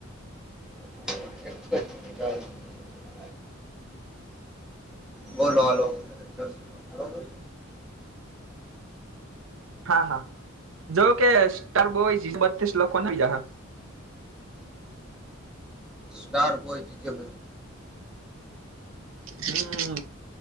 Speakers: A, in the centre; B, on the right.
A: ચ બોલો હાલો બરોબર
B: હા હા જો કે સ્ટાર બોય બસ લખ બીજા
A: સ્ટાર બોય જીજપ
B: હમ